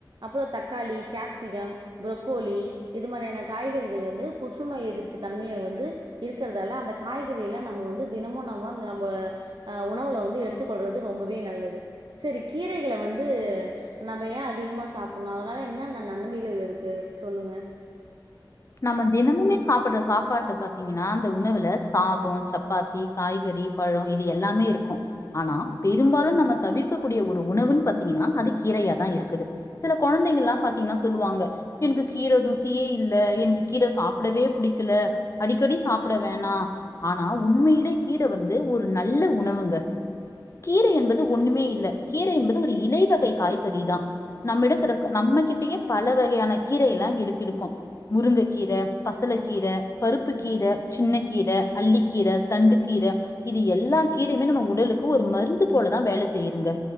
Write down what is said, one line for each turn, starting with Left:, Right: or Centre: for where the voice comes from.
Right: அப்புறம் தக்காளி கேப்சிகம் புரொக்கோலி இது மாதிரியான காய்கறிகள் வந்து புற்றுநோய் எதிர்ப்பு தன்மைய வந்து இருக்கிறதால அந்த காய்கறி எல்லா நம்ம வந்து தினமும் நம்ம நம்ம அ உணவுல வந்து எடுத்துக்கொள்றது ரொம்பவே நல்லது சரி கீரைகள வந்து நம்ம ஏ அதிகமா சாப்பிடணு அதனால என்னன்ன நன்மைகள் இருக்கு சொல்லுங்க
Left: நம்ம தினமுமே சாப்பிடற சாப்பாட்டு பாத்தீங்கன்னா அந்த உணவுல சாதம் சப் பாத்தி காய்கறி பழம் இது எல்லாமே இருக்கும் ஆனா பெரும்பாலு நம்ம தவிர்க்க கூடிய ஒரு உணவுன்னு பாத்தீங்கன்னா அது கீரையாதா இருக்குது சில குழந்தைகள்ல்லாம் பாத்தீங்கன்னா சொல்லுவாங்க எனக்கு கீரை ருசியே இல் ல எனக்கு கீர சாப்பிடவே பிடிக்கல அடிக்கடி சாப்ட வேணா ஆனா உண்மையிலே கீர வந்து ஒரு நல்ல உணவுங்க கீரை என்பது ஒண்ணுமே இல்ல கீரை என்பது ஒரு இலைவகை காய்கறிதா நம்மட கிடக்கும் நம்மகிட்டயே பல வகையான கீரைய எல்லா இடுக்கிடுக்கும் முருங்கக் கீர பசலக் கீர பருப்புக் கீர சின்னக் கீர அள்ளிக்கீர தண்டு கீர இது எல்லா கீரையுமே நம்ம உடலுக்கு ஒரு மருந்து போலதா வேலை செய்யுதுங்க